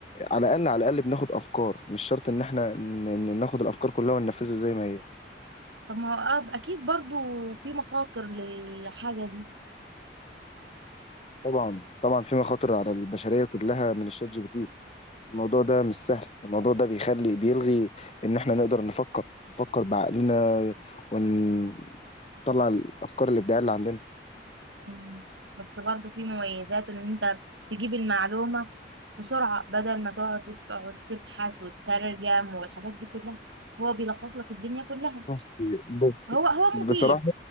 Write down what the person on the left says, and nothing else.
على الاقل على الاقل بناخد افكار مش شرط ان احنا ن- ن- ناخد الافكار كلها وننفذها زي ما هي
طبعا طبعا في مخاطر على البشريه كلها من الشات جي بي تي الموضوع ده مش سهل الموضوع ده بيخلي بيلغي ان احنا نقدر نفكر نفكر بعقلنا ونطلع الافكار الابداعيه اللي عندنا
بصي بص
بصراحة